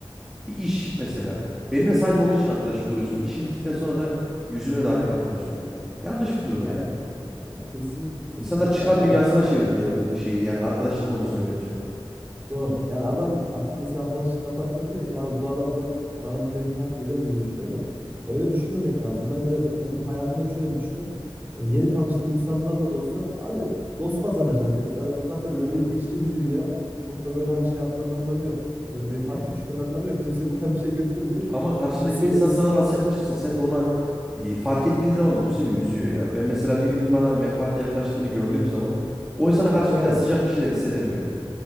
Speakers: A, in the centre; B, on the right.
A: bir iş mesela. Benimle sadece onun için arkadaşlık kuruyorsun. İşin bittikten sonra da yüzüme dahi bakmıyorsun benim. Yanlış bir durum
B: Yani,
A: ya.
B: yani kesinlikle kesinlikle
A: İnsanlar çıkar
B: abi. Yani
A: dünyasına çevirdiler bu şeyi yani arkadaşlık konusunu bence.
B: Doğru. Yani adam artık mesela arkadaşlık yaparken diyor ki abi bu adamdan bana bir menfaat gelir mi diye düşünüyor da öyle düşünmemek lazım. Bence ben hayatımda hep şöyle düşünüyorum. Yani yeni tanıştığım insanlarla da olsa abi dost kazanacaksın ya. Yani bu zaten
A: Evet.
B: gelip geçici bir dünya. Çok da böyle hani şey yapmanın anlamı yok. Abi menfaate
A: E yani.
B: düşmenin anlamı yok. Kimse buradan bir şey götürmeyecek.
A: Ama karşındaki
B: Ya, se-
A: insan
B: s-
A: sana nasıl yaklaşırsa sen de ona e, fark ettiğin zaman da bu seni üzüyor ya. Ben mesela birinin bana menfaatle yaklaştığını gördüğüm zaman o insana
B: yani
A: karşı
B: doğru.
A: bir daha sıcak bir şeyler hissedemiyorum.